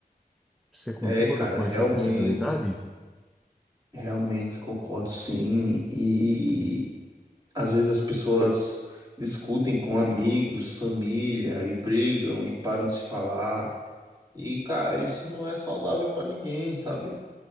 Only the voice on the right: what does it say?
É, cara,
realmente,
realmente concordo sim. E às vezes as pessoas discutem com amigos, família, e brigam e param de se falar. E, cara, isso não é saudável pra ninguém, sabe?